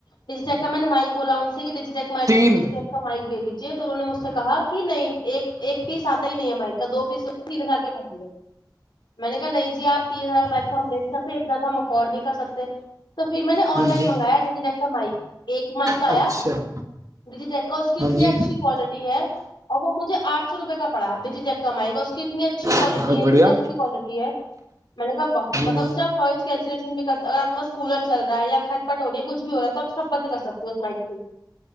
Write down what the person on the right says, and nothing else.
تین
ہاں
جی
اچھا
ہاں
جی
بہت
بڑھیا
ہوں